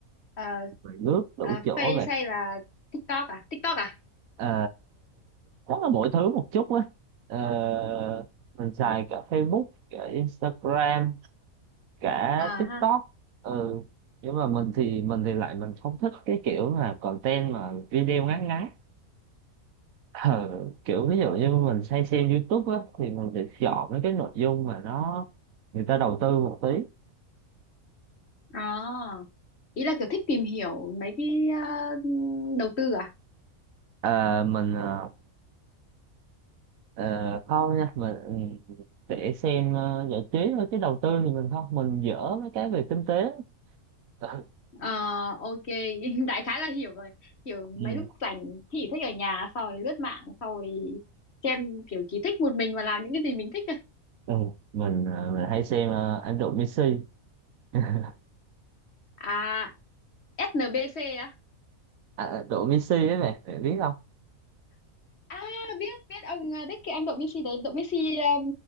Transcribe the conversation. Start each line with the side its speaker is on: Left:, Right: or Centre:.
Left: Ờ,
Right: rồi lướt đủ
Left: ờ,
Right: chỗ
Left: Face
Right: về
Left: hay là TikTok à TikTok à
Right: Ờ, chắc là mỗi thứ một chút á Ờ, mình xài cả Facebook cả Instagram cả
Left: à
Right: TikTok
Left: ha
Right: ừ. nhưng mà mình thì mình thì lại mình không thích cái kiểu là content mà video ngắn ngắn Ờ, kiểu ví dụ như mình hay xem YouTube á thì mình sẽ chọn mấy cái nội dung mà nó người ta đầu tư một tí
Left: Ờ, ý là kiểu thích tìm hiểu mấy cái ờ, đầu tư à
Right: Ờ, mình ờ, ờ, không nha mình để xem ờ, giải trí thôi chứ đầu tư thì mình không mình dở mấy cái về kinh tế <laughs>
Left: Ờ, ok <laughs> đại khái là hiểu rồi hiểu
Right: Ừ.
Left: mấy lúc rảnh thì thích ở nhà xong rồi lướt mạng xong rồi xem kiểu chỉ thích một mình và làm những cái gì mình thích thôi
Right: ừ, mình ờ, mình hay xem ờ, anh Độ Messi <laughs>
Left: à SNBC á
Right: à, Độ Messi ấy mày mày biết không
Left: à biết biết ông ờ, biết cái anh đội Messi đấy đội Messi um,